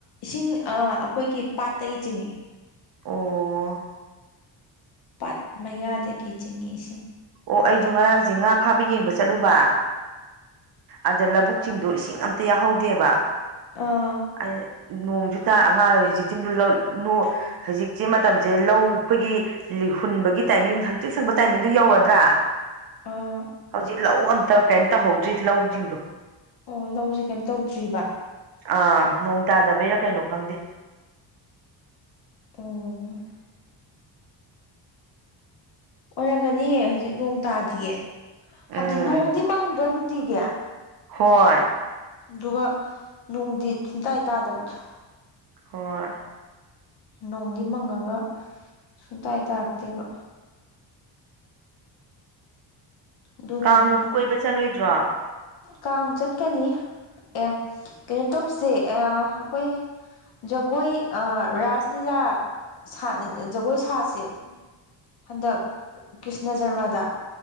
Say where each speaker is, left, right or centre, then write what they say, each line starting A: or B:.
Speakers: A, on the left (about 60°); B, on the right (about 55°).
A: ꯏꯁꯤꯡ ꯑ ꯑꯩꯈꯣꯏꯒꯤ ꯄꯥꯠꯇꯒꯤ ꯆꯤꯡꯏ
B: ꯑꯣ
A: ꯄꯥꯠ ꯃꯌꯥꯗꯒꯤ ꯆꯤꯡꯏ ꯏꯁꯤꯡ
B: ꯑꯣ ꯑꯩꯁꯨ ꯉꯔꯥꯡꯁꯦ ꯉꯥ ꯐꯥꯕ ꯌꯦꯡꯕ ꯆꯠꯂꯨꯕ ꯑꯗ ꯂꯧꯕꯨꯛꯁꯤꯡꯗꯣ ꯏꯁꯤꯡ ꯑꯝꯇ ꯌꯥꯎꯍꯧꯗꯦꯕ
A: ꯑꯥ
B: ꯑꯩ ꯅꯣꯡꯖꯨ ꯇꯥ ꯑꯉꯥꯡ ꯍꯖꯤꯛꯇꯤꯡꯗꯨ ꯂꯧ ꯅꯣꯡ ꯍꯖꯤꯛꯆꯦ ꯃꯇꯝꯖꯦ ꯂꯧ ꯑꯈꯣꯏꯒꯤ ꯍꯨꯟꯕꯒꯤ ꯇꯥꯏꯃꯤꯡ ꯁꯪꯇꯤꯛ ꯁꯪꯕ ꯇꯥꯏꯃꯤꯡꯗꯣ ꯌꯧꯔ ꯗ꯭ꯔꯥ
A: ꯑꯥ
B: ꯍꯧꯖꯤꯛ ꯂꯧ ꯑꯝꯇ ꯀꯩꯅꯣ ꯇꯧꯍꯧꯗ꯭ꯔꯤ ꯂꯧꯖꯤꯡꯗꯣ
A: ꯑꯣ ꯂꯧꯖꯦ ꯀꯩꯝ ꯇꯧꯗ꯭ꯔꯤꯕꯥ
B: ꯑꯥ ꯅꯣꯡ ꯇꯥꯗꯕꯩꯔꯥ ꯀꯩꯅꯣ ꯈꯪꯗꯦ
A: ꯑꯣ ꯑꯣꯏꯔꯝꯒꯅꯤꯌꯦ ꯍꯧꯖꯤꯛ ꯅꯣꯡ ꯇꯥꯗꯤꯌꯦ ꯍꯥꯏꯕꯗꯤ
B: ꯎꯝ
A: ꯅꯣꯡꯗꯤ ꯃꯪꯗ꯭ꯔꯥ ꯅꯨꯡꯇꯤꯒꯤ
B: ꯍꯣꯏ
A: ꯑꯗꯨꯒ ꯅꯣꯡꯗꯤ ꯁꯨꯡꯇꯥꯗꯤ ꯇꯥꯗꯕꯗꯣ
B: ꯍꯣꯏ
A: ꯅꯣꯡꯗꯤ ꯃꯪꯉꯒ ꯁꯨꯡꯇꯥꯗꯤ ꯇꯥꯔꯛꯇꯦꯕ ꯑꯗꯨꯅꯅꯦ
B: ꯀꯥꯡ ꯅꯨꯡ ꯀꯣꯏꯕ ꯆꯠꯂꯣꯏꯗ꯭ꯔꯣ
A: ꯀꯥꯡ ꯆꯠꯀꯅꯤ ꯑꯦ ꯀꯩꯅꯣ ꯇꯧꯁꯦ ꯑꯦ ꯑꯩꯈꯣꯏ ꯖꯒꯣꯏ ꯑ ꯔꯥꯁ ꯂꯤꯂꯥ ꯁꯥ ꯖꯒꯣꯏ ꯁꯥꯁꯦ ꯍꯟꯗꯛ ꯀ꯭ꯔꯤꯁꯅ ꯖꯔꯃꯗ